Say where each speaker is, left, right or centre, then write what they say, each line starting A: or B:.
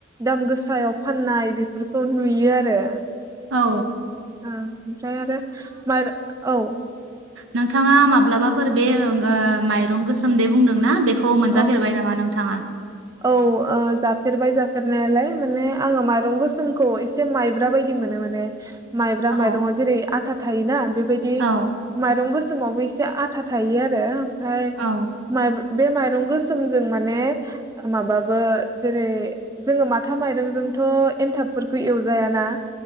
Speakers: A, on the right; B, on the right.
A: दाम गोसायाव फाननाय बेफोरखौ नुयो आरो
B: औ।
A: ओ ओमफ्राय आरो माइर औ।
B: नोंथाङा माब्लाबाफोर बे <unintelligible> माइरं गोसोम दे बुंदों ना बेखौ खौ मोनजाफेरबाय
A: औ
B: नामा नोंथाङा?
A: औ ओ जाफेरबाय जाफेरनायालाय माने आङो माइरं गोसोमखौ एस से माइब्रा बायदि मोनो माने माइब्रा
B: औ
A: माइरङाव जेरै आथा थायो ना बेबायदि
B: औ
A: माइरं गोसोमावबो एसे आथा थायो आरो ओमफ्राय
B: औ।
A: <unintelligible> बे माइरं गोसोमजों माने माबाबो जेरै जोङो माथा माइरंजोंथ' एनथाबफोरखौ एवजायाना।